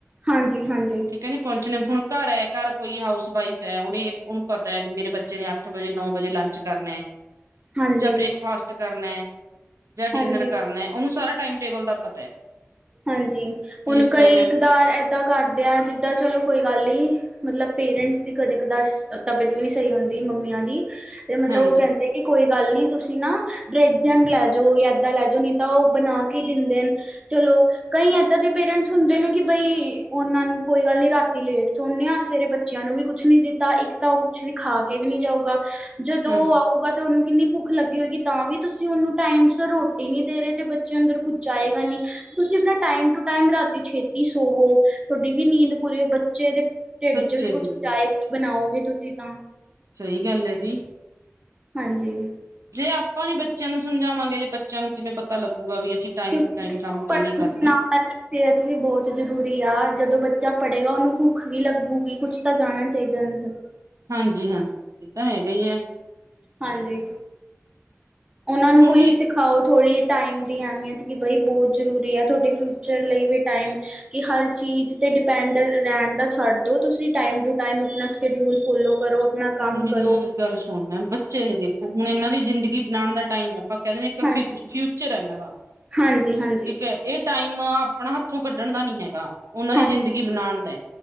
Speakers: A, on the right; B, on the right.
A: ਹਾਂਜੀ ਹਾਂਜੀ
B: ਠੀਕ ਹੈ ਨੀ ਪਹੁੰਚਣੇ ਹੁਣ ਘਰ ਹੈ ਘਰ ਕੋਈ ਹਾਊਸ ਵਾਈਫ ਹੈ ਉਹਨੇ ਉਹਨੂੰ ਪਤਾ ਹੈ ਵੀ ਮੇਰੇ ਬੱਚੇ ਨੇ ਅੱਠ ਵਜੇ ਨੌ ਵਜੇ ਲੰਚ ਕਰਨਾ
A: ਹਾਂਜੀ।
B: ਜਾਂ ਬ੍ਰੇਕਫਾਸਟ ਕਰਨਾ ਹੈ ਜਾਂ ਡਿਨਰ
A: ਹਾਂਜੀ
B: ਕਰਨਾ ਓਹਨੂੰ ਸਾਰਾ ਟਾਈਮ ਟੇਬਲ ਦਾ ਪਤਾ ਹੈ
A: ਹਾਂਜੀ
B: ਕਿ
A: ਹੁਣ
B: ਇਸ
A: ਕਈ
B: ਟਾਈਮ ਹੈ।
A: ਇਕਦਾਰ ਏਦਾਂ ਕਰਦੇ ਆਂ ਜਿੱਦਾਂ ਚਲੋ ਕੋਈ ਗੱਲ ਨੀ ਮਤਲਬ ਪੇਰੈਂਟਸ ਦੀ ਕਦੇ ਕਦਾਰ ਤਬੀਅਤ ਵੀ ਨਹੀਂ ਸਹੀ ਹੁੰਦੀ ਮੰਮੀਆਂ ਦੀ ਤੇ ਮਤਲਬ
B: ਹਾਂਜੀ
A: ਉਹ ਕਹਿੰਦੇ ਕੋਈ ਗੱਲ ਨਹੀਂ ਤੁਸੀਂ ਨਾ ਬ੍ਰੈਡ ਜੈਮ ਲੈਜਓ ਤਾਂ ਏਦਾਂ ਲੈਜਓ ਨਹੀਂ ਤਾਂ ਓਹ ਬਣਾ ਕੇ ਦਿੰਦੇਨ ਚਲੋ ਕਈ ਏਦਾਂ ਦੇ ਪੇਰੈਂਟਸ ਹੁੰਦੇ ਨੇ ਕਿ ਬਈ ਓਹਨਾਂ ਨੂੰ ਕੋਈ ਗੱਲ ਨੀ ਰਾਤੀ ਲੇਟ ਸੌਦੇ ਆ ਸਵੇਰੇ ਬੱਚੇ ਬੱਚਿਆਂ ਨੂੰ ਵੀ ਕੁਛ ਨੀ ਦਿੱਤਾ ਇੱਕ ਤਾਂ ਓਹ ਕੁੱਛ ਵੀ ਖਾ ਕੇ ਵੀ ਨੀ ਜਾਊਗਾ ਜਦੋਂ
B: ਹਾਂਜੀ
A: ਓਹ ਆਊਗਾ ਤੇ ਓਹਨੂੰ ਕਿੰਨੀ ਭੁੱਖ ਲੱਗੀ ਹੋਏਗੀ ਤਾਂ ਵੀ ਤੁਸੀਂ ਓਹਨੂੰ ਟਾਈਮ ਸ ਰੋਟੀ ਨੀ ਦੇ ਰਹੇ ਤੇ ਬੱਚੇ ਅੰਦਰ ਕੁੱਝ ਜਾਏਗਾ ਨੀ ਤੁਸੀਂ ਆਪਣਾ ਟਾਈਮ ਟੂ ਟੈਅਮ ਰਾਤੀ ਛੇਤੀ ਸੋਵੋ ਤੁਹਾਡੀ ਵੀ ਨੀਂਦ ਪੂਰੇ ਬੱਚੇ ਦੇ ਢਿੱਡ
B: ਬੱਚੇ
A: ਚ ਵੀ ਕੁਛ
B: ਦੀ
A: ਚਾਏ ਕੁਛ ਬਣਾਓਗੇ ਤੁਸੀਂ ਤਾਂ
B: ਸਹੀ ਗੱਲ ਐ ਜੀ
A: ਹਾਂਜੀ
B: ਜੇ ਆਪਾਂ ਨੀ ਬੱਚਿਆਂ ਨੂੰ ਸਮਝਾਵਾਂਗੇ ਜੇ ਬੱਚਿਆਂ ਨੂੰ ਕਿਵੇਂ ਪਤਾ ਲੱਗੂਗਾ ਵੀ ਅਸੀਂ ਟਾਈਮ
A: ਕਿਉਂਕਿ
B: ਟੂ ਟਾਈਮ ਕੰਮ
A: ਪੜ੍ਹਨ
B: ਕਿਵੇਂ ਕਰਨੈ
A: ਨਾਲ ਸਿਹਤ ਵੀ ਬਹੁਤ ਜ਼ਰੂਰੀ ਆ ਜਦੋਂ ਬੱਚਾ ਪੜ੍ਹੇਗਾ ਉਹਨੂੰ ਭੁੱਖ ਵੀ ਲੱਗੂਗੀ ਕੁਛ ਤਾਂ ਜਾਣਾ ਚਾਹੀਦਾ ਦਾ
B: ਹਾਂਜੀ-ਹਾਂਜੀ ਤਾਂ ਹੈਗਾ ਹੀ ਹੈ।
A: ਹਾਂਜੀ ਉਹਨਾਂ ਨੂੰ
B: ਉਹੀ
A: ਵੀ ਸਿੱ ਖਾਓ ਥੋੜ੍ਹੀ ਟਾਈਮ ਦੀ ਅਹਿਮੀਅਤ ਕਿ ਬਈ ਬਹੁਤ ਜ਼ਰੂਰੀ ਐ ਤੁਹਾਡੇ ਫਿਊਚਰ ਲਈ ਵੀ ਟਾਈਮ ਕਿ ਹਰ ਚੀਜ਼ ਤੇ ਡਿਪੈਂਡ ਰਹਿਣ ਦਾ ਛੱਡ ਦੋ ਤੁਸੀਂ ਟਾਈਮ ਟੂ ਟਾਈਮ ਆਪਣਾ ਸ਼ੈਡਿਊਲ ਫੋਲੋ ਕਰੋ ਆਪਣਾ ਕੰਮ
B: ਮੇਰੀ
A: ਕਰੋ
B: ਗੱਲ ਸੁਣ ਮੈਂ ਬੱਚੇ ਨੇ ਦੇਖੋ ਹੁਣ ਇਹਨਾਂ ਦੀ ਜ਼ਿੰਦਗੀ ਬਣਾਉਣ ਦਾ ਟਾਈਮ ਹੈ ਆਪਾਂ ਕਹਿੰਦੇ ਇੱਕ
A: ਹਾਂਜੀ
B: ਫਿ ਫਿਊਚਰ ਹੈਨਾਂ ਦਾ
A: ਹਾਂਜੀ ਹਾਂਜੀ
B: ਠੀਕ ਹੈ ਇਹ ਟਾਈਮ ਆਪਣਾ ਹੱਥੋਂ ਕੱਢਣ ਦਾ ਨੀ ਹੈਗਾ ਉਹਨਾਂ
A: ਹਾਂ
B: ਦੀ ਜ਼ਿੰਦਗੀ ਬਣਾਣ ਦਾ